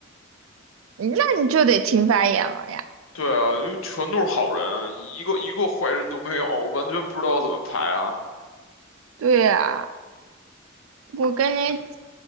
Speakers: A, on the right; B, on the left.
A: 嗯那你就得听发言了呀。
B: 对啊，因为全都是好人啊，一个一个坏人都没有，完全不知道怎么排啊。
A: 对呀、我跟你
B: 就